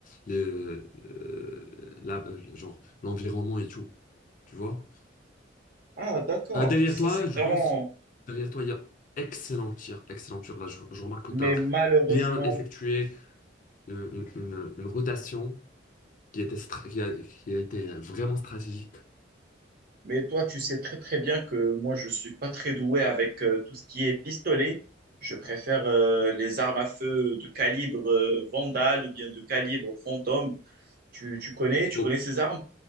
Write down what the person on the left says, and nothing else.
le, euh, la- euh, genre, l'environnement et tout. Tu vois?
Euh, derrière
toi,
je
pense, derrière toi, il y a excellent tir, excellent tir. Là, je, je remarque que
tu as
bien effectué euh, une, une- une rotation qui était, stra- qui a- qui a été vraiment stratégique.
Bon,